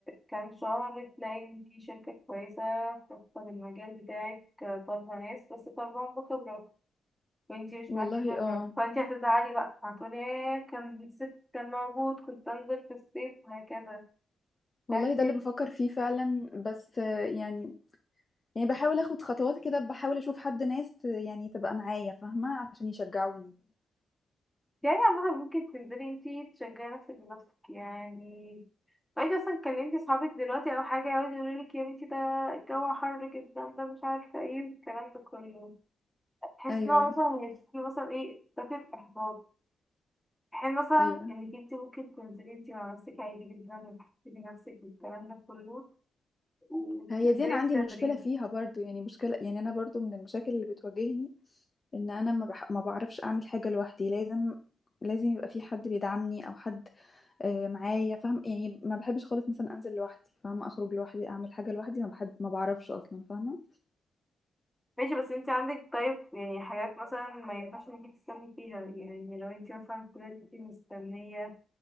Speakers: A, in the centre; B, on the left (about 30°).
A: كام شهر تلاقي ان في شركة كويسة خاصة بالمجال بتاعك طالبة ناس بس طالبهم بخبرة وانتي مش
B: والله
A: معاكي خبرة
B: اه
A: فانتي هتزعلي بقى هتقولي ايه كان الصيف كان موجود كنت انزل في الصيف وهكذا
B: والله
A: فانتي
B: ده اللي بفكر فيه فعلا بس آه، يعني يعني بحاول اخد خطوات كده بحاول اشوف حد ناس ت- يعني تبقى معايا فاهمة عشان يشجعوني
A: يعني عامة ممكن تنزلي انتي تشجعي نفسك بنفسك يعني وانتي اصلا كلمتي صحابك دلوقتي او حاجة يقعدوا يقولولك يا بنتي ده الجو حر جدا ده مش عارفة ايه الكلام ده كله تحس
B: ايوه
A: ان هو مثلا هيديكي مثلا ايه دافع احباط حين مثلا
B: ايوه
A: انك انت ممكن تنزلي انت مع نفسك عادي جدا وتحسني نفسك والكلام ده كله وتنزلي
B: هي دي انا عندي
A: التدريب
B: مشكلة فيها برضو يعني مشكلة يعني انا برضو من المشاكل اللي بتواجهني ان انا ما, بح... ما بعرفش اعمل حاجة لوحدي لازم لازم يبقى في حد بيدعمني او حد آه، معايا فاهم يعني ما بحبش خالص مثلا انزل لوحدي فاهمه اخرج لوحدي اعمل حاجه لوحدي ما بحب ما بعرفش اصلا فاهمه
A: ماشي بس انت عندك طيب يعني حاجات مثلا ما ينفعش انك انت تستني فيها يعني لو انت مثلا فضلتي انت مستنية